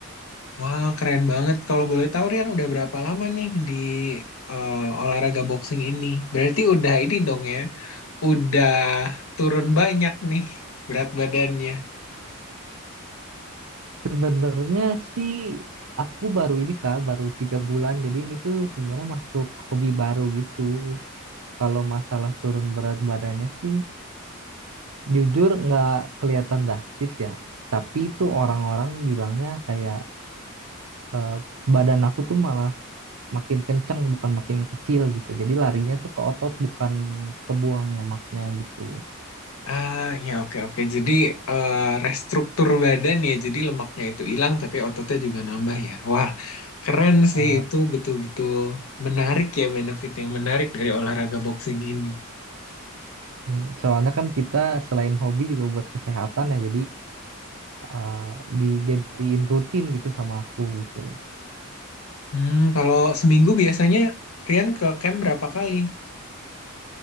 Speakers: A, on the left; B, on the right.
A: Wah, keren banget. Kalau boleh tahu, Rian udah berapa lama nih di eh, olahraga boxing ini? Berarti udah ini dong ya, udah turun banyak nih berat badannya.
B: sebenarnya sih aku baru ini kak baru tiga bulan jadi ini tuh sebenarnya masuk hobi baru gitu kalau masalah turun berat badannya sih jujur nggak kelihatan drastis ya tapi itu orang-orang bilangnya kayak eh, badan aku tuh malah makin kenceng bukan makin kecil gitu jadi larinya tuh ke otot bukan ke buang lemaknya gitu
A: Ah, ya oke oke. Jadi eh, restruktur badan ya, jadi lemaknya itu hilang tapi ototnya juga nambah ya. Wah, keren sih
B: Benar.
A: itu betul-betul menarik ya benefit yang menarik dari olahraga boxing ini.
B: Hmm, soalnya kan kita selain hobi juga buat kesehatan ya jadi eh, dijadiin rutin gitu sama aku gitu
A: Hmm, kalau seminggu biasanya Rian ke camp berapa kali?